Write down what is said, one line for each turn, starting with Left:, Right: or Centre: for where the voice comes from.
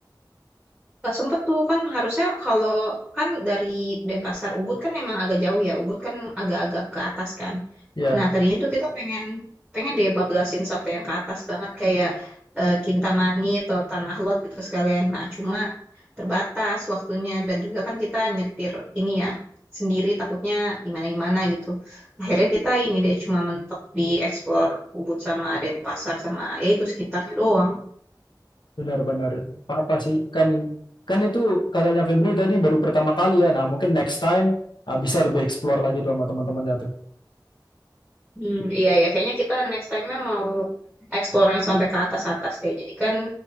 Centre: Gak sempet tuh kan harusnya kalau kan dari Denpasar Ubud kan emang agak jauh ya Ubud kan agak-agak ke atas kan
Left: ya
Centre: nah tadinya tuh kita pengen pengen deh bablasin sampai yang ke atas banget kayak eh, Kintamani atau Tanah Lot gitu sekalian nah cuma terbatas waktunya dan juga kan kita nyetir ini ya sendiri takutnya gimana-gimana gitu akhirnya kita ini deh cuma mentok di explore Ubud sama Denpasar sama ya itu sekitarnya doang
Left: benar-benar apa sih kan kan itu katanya Febri tadi baru pertama kali ya nah mungkin next time ah, bisa lebih explore lagi tuh sama teman-temannya tuh
Centre: Hmm, iya ya, kayaknya kita next time-nya mau explore yang sampai ke atas-atas deh. Jadi kan